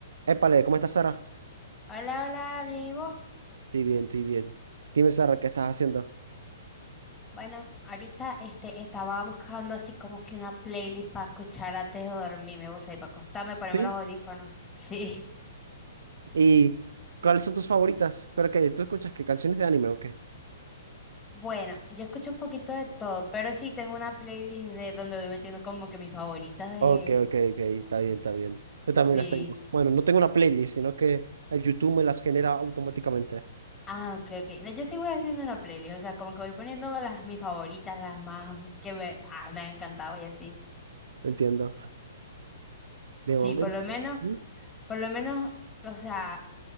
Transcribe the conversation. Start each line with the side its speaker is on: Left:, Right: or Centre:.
Right: Épale, ¿cómo estás, Sara?
Left: Hola, hola, bien, ¿y vos?
Right: Estoy bien, estoy bien. Dime, Sara, ¿qué estás haciendo?
Left: Bueno, ahorita este, estaba buscando así como que una playlist para escuchar antes de dormirme, vos ahí, para acostarme, ponerme
Right: ¿Sí?
Left: los audífonos. <laughs> Sí.
Right: ¿Y cuáles son tus favoritas? ¿Pero qué? ¿Tú escuchas qué canciones de anime o qué?
Left: Bueno, yo escucho un poquito de todo, pero sí tengo una playlist de donde voy metiendo como que mis favoritas de...
Right: Ok, ok, ok, está bien, está bien. Yo también
Left: Sí.
Right: las tengo. Bueno, no tengo una playlist, sino que el YouTube me las genera automáticamente.
Left: Ah, ok, ok. No, yo sí voy haciendo una playlist, o sea, como que voy poniendo las mis favoritas, las más que me, ah, me han encantado y así.
Right: Entiendo. De
Left: Sí,
Right: momento.
Left: por lo menos,
Right: ¿Mm?
Left: por lo menos, o sea...